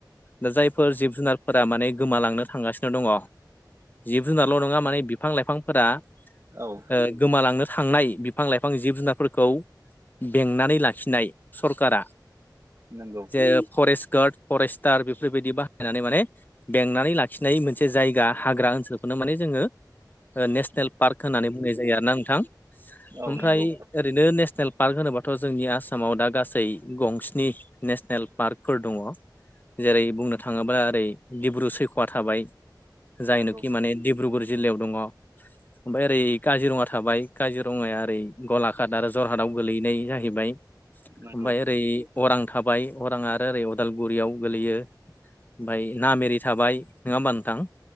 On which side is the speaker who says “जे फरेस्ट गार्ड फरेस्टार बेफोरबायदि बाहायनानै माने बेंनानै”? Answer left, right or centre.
Left